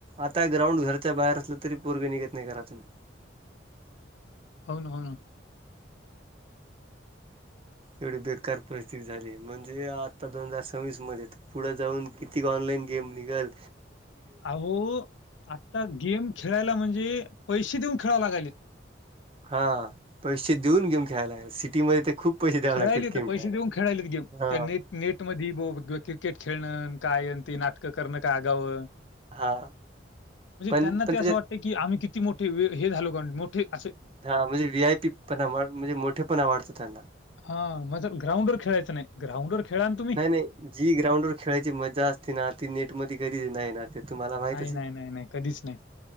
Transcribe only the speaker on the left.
हो ना होना.
अहो, आता गेम खेळायला म्हणजे पैसे देऊन खेळाव लागालेत.
खेळायलीत,
पैसे
देऊन खेळायलेत गेम.
त्यांनी नेट मध्ये बो ग क्रिकेट खेळणं अन काय तेन नाटकं करणं, काय आगावं.
म्हणजे
त्यांना
ते
असं वाटत की आम्ही किती मोठे हे झालो काण मोठे असे.
हा मजर ग्रांउड वर खेळायचं नाही. ग्राउंडवर खेळा ना तुम्ही.
नाही, नाही, नाही, नाही. कधीच नाही.